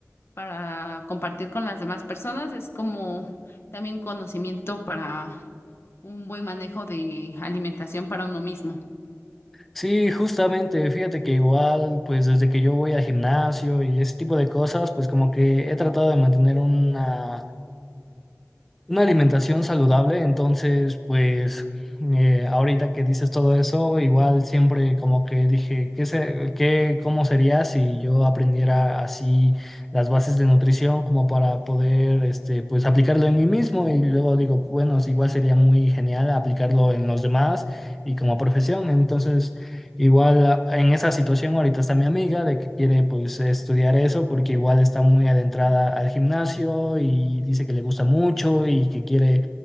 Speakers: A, on the left; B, in the centre.
A: para compartir con las demás personas, es como también conocimiento para un buen manejo de alimentación para uno mismo.
B: Sí, justamente, fíjate que igual, pues desde que yo voy al gimnasio y ese tipo de cosas, pues como que he tratado de mantener una Una alimentación saludable, entonces, pues eh, ahorita que dices todo eso, igual siempre como que dije, ¿qué se, qué, cómo sería si yo aprendiera así las bases de nutrición como para poder, este, pues aplicarlo en mí mismo? Y luego digo, bueno, sí, igual sería muy genial aplicarlo en los demás y como profesión. Entonces, Igual a- en esa situación ahorita está mi amiga de que quiere pues estudiar eso porque igual está muy adentrada al gimnasio y dice que le gusta mucho y que quiere